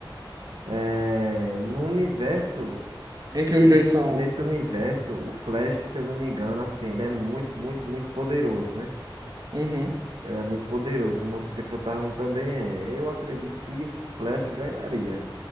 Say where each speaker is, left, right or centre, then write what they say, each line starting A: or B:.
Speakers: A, on the right; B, on the right.
A: É, no universo,
B: Em que
A: nesse,
B: os dois são.
A: nesse universo, o Flash, se eu não me engano, assim, ele é muito, muito, muito poderoso, né?
B: Uhum.
A: Ele é muito poderoso. O Motoqueiro Fantasma também é. Eu acredito que o Flash ganharia.